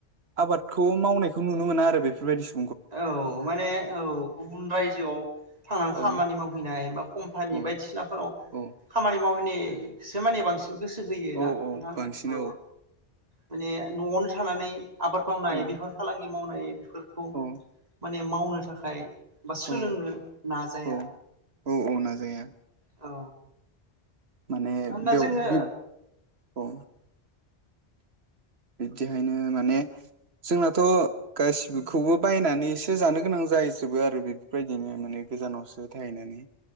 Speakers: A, on the right; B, on the right.
A: आबादखौ मावनायखौ नुनो मोना आरो बेफोरबायदि सु
B: औ माने औ गुबुन रायजोआव थांनानै खामानि
A: औ
B: मावहैनाय बा कम्पानि
A: औ
B: बायदिसिनाफोराव
A: औ
B: खामानि मावहै सो मानि बांसिन गोसो होयो
A: औ
B: ना
A: औ
B: नोंथां
A: बांसिन
B: औ माने न'आवनो थानानै आबाद मावनाय
A: औ
B: बेफार फालांगि मावनाय फोरखौ
A: औ
B: माने मावनो थाखाय बा सोलोंनो
A: औ
B: नाजाया
A: औ औ औ नाजाया
B: औ
A: माने
B: मानोना
A: बेयाव
B: जोङो
A: बि औ बिबदिहायनो माने जोंनाथ' गाससिखौबो बायनानैसो जानो गोनांं जाहैजोबो आरो बेफोरबायदिनो माने गोजानावसो थाहैनानै